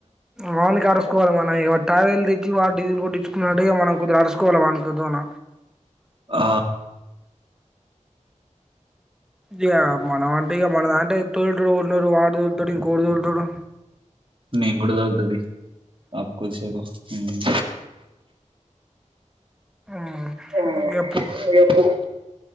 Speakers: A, in the centre; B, on the right.
A: వాని కరసుకోవాలి మనం టైర్ తెచ్చి వాడు డీజిల్ కోటి నిడే మనం కుద్దిర అడుచకోవాలి వా దోన
B: ఆ
A: ఇగా మనం అంటే ఇగ మనద అంటే తోటు ఉన్నోరు వార్డు ల్టాడు ఇకోడు దోల్తాడు
B: నేనూ కూడా డోల్తా తీ అకుష హు మ్మ్
A: మ్మ్
B: అ
A: ఇగ పో
B: ఎప్పుడు